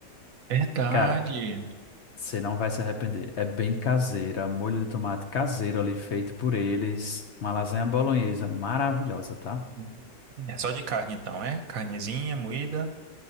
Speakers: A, on the right (about 60°); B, on the left (about 55°).
A: verdade.
B: Cara, você não vai se arrepender. É bem caseira, molho de tomate caseiro ali feito por eles. Uma lasanha bolonhesa maravilhosa, tá?
A: Hum, É só de carne, então, é? Carnezinha, moída.